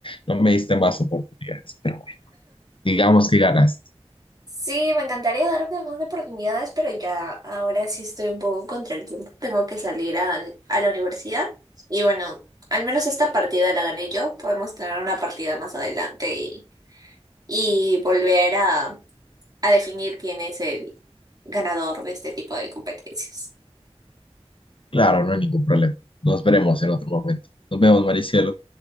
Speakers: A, on the left; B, on the right.
A: no me diste más oportunidades. Pero bueno, digamos que ganaste.
B: sí, me encantaría darme más oportunidades, pero ya ahora sí estoy un poco contra el tiempo. Tengo que salir a, a la universidad. Y bueno, al menos esta partida la gané yo. Podemos tener una partida más adelante y y volver a, a definir quién es el ganador de este tipo de competencias.
A: Claro, no hay ningún problema. Nos veremos en otro momento. Nos vemos, Maricielo.